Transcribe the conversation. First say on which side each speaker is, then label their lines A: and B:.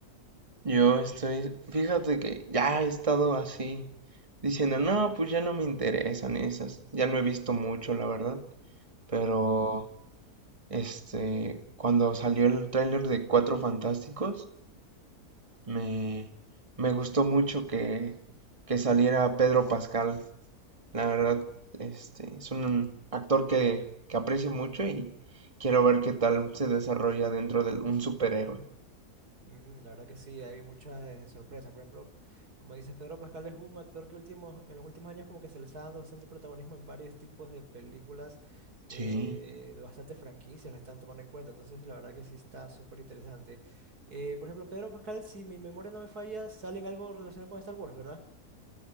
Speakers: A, on the right; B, on the right.
A: Yo estoy, fíjate que ya he estado así diciendo, no, pues ya no me interesan esas, ya no he visto mucho, la verdad, pero
B: Ujú.
A: este, cuando salió el tráiler de Cuatro Fantásticos, me, me gustó mucho que, que saliera Pedro Pascal, la verdad, este, es un actor que, que aprecio mucho y quiero ver qué tal se desarrolla dentro de un superhéroe.
B: Mm, La verdad que sí, hay muchas eh, sorpresas. Por ejemplo, como dices, Pedro Pascal es un actor que último, en los últimos años como que se le está dando bastante protagonismo en varios tipos de películas,
A: Sí,
B: eh, de bastantes franquicias la están tomando en cuenta. Entonces, la verdad que sí está súper interesante. Eh, por ejemplo, Pedro Pascal, si mi memoria no me falla, sale en algo relacionado con Star Wars, ¿verdad?